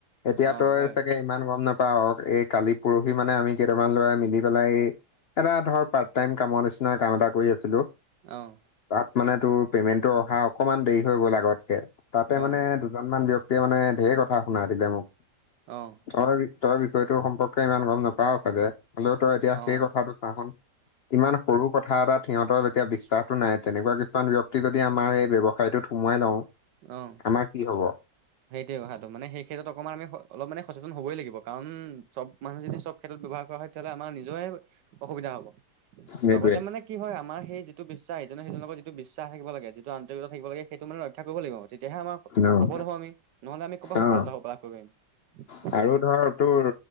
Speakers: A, on the left; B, on the right.
A: এতিয়া
B: অ
A: তই
B: হয়
A: চাগে ইমান গম নাপাওঁ এই কালি পৰহি মানে আমি কেইটামান ল'ৰা মিলি পেলাই এই এটা ধৰ পাৰ্ট টাইম কামৰ নিচিনা কাম এটা কৰি আছিলোঁ।
B: অ'।
A: তাত মানে তোৰ পেমেন্টটো অহা অকমান দেৰি হৈ গ'ল আগতকে, তাতে
B: অ
A: মানে দুজনমান ব্যক্তিয়ে মানে ধেৰ কথা শুনাই দিলে মোক।
B: অ'।
A: তই তই বিষয়টো সম্পৰ্কে ইমান গম নাপাও চাগে হলেও তই এতিয়া
B: অ
A: সেই কথাটো ইমান সৰু কথা এটাত সিহঁতৰ যেতিয়া বিশ্বাসটো নাই তেনেকুৱা কিছুমান ব্যক্তি যদি আমাৰ স ব্যসায়টোত সোমোৱাই লওঁ
B: অ'।
A: আমাৰ কি হ'ব।
B: সেইটোৱে কথাটো মানে, সেই ক্ষেত্ৰত অকণমান আমি অলপ মে সচেতন হবই লাগিব! কাৰণ চব মানুহ যদি চব ক্ষেত্ৰত ব্যৱহাৰ কৰা হয় তেতিয়াহ'লে আমাৰ নিজৰে অসুবিধা হ'ব।
A: সেইটোৱেই।
B: লগতে মানে কি হয় আমাৰ সেই যটো বিশ্বাস ইজনে সিজনৰ লগত যিটো বিশ্বাস থাকিব লাগে যিটো আন্তৰিকতা থাকিব লাগে সেইটো মানে ৰক্ষা কৰিব লাগিব তেতিয়াহে আমা
A: অ',
B: সফল হওঁ আমি নহলে আমি ক'ৰবাত সফলতা
A: অ',
B: হ'ব পৰা কৰিবম।
A: আৰু ধৰ তোৰ